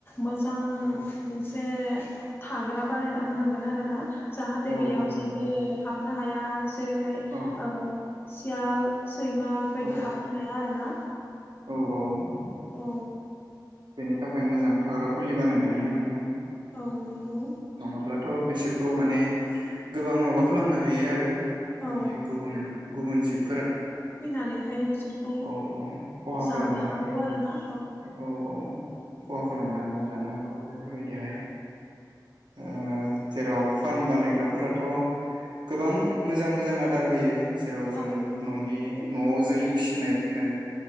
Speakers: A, on the left; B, on the right.
A: मोजां
B: औ
A: मोनसे थाग्रा बानायना होनांगोन आरो ना। जाहाथे
B: औ
A: बेयाव
B: औ
A: जेबो
B: नंगौ
A: हाबनो हा हाया जा जेरैहाय
B: औ
A: ओम सियाल सैमा बेेफोरबायदि
B: औ
A: हाबनो हाया आरो ना।
B: औ औ।
A: औ।
B: बेनि थाखाय मोजां थाग्रा खुलि बानायनानै होनांगोन।
A: औ नंगौ
B: नङाब्लाथ' बेसोर खौ माने गोबां माबा खालामनो हायो आरो माने
A: औ
B: गुबुन गुबुन जिब
A: फैनानैहाय बिसोरखौ
B: औ औ खहा
A: जानो
B: खालामनो हायो
A: हागौ आरोना।
B: औ औ खहा खालामनो हागौ जानो हागौ बेफोरबायदिहाय ओ जेराव फार्म बानायग्राफोराथ' गोबां मोजां मोजां आदार होयो जेराव
A: औ
B: जों
A: नंगौ।
B: न'नि न'आव जों फिसिनायफोरनो